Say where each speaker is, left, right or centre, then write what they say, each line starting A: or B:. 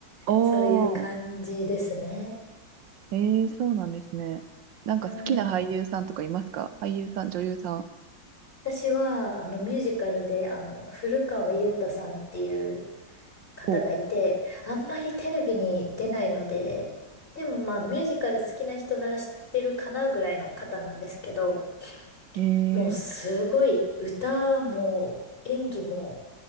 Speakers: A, on the right; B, on the left.
A: お
B: そういう感じですね。
A: ー、ええそうなんですね。なんか好きな俳優さんとかいますか俳優さん、
B: うん。
A: 女優さん。
B: 私は、あの、ミュージカルで、あの、古川雄太さんっていう方がいて、
A: お、
B: あんまりテレビに出ないので、でもまあミュージカル好きな人なら知ってるかなぐらいの方なんですけど、
A: ええ
B: もうすごい歌も演技も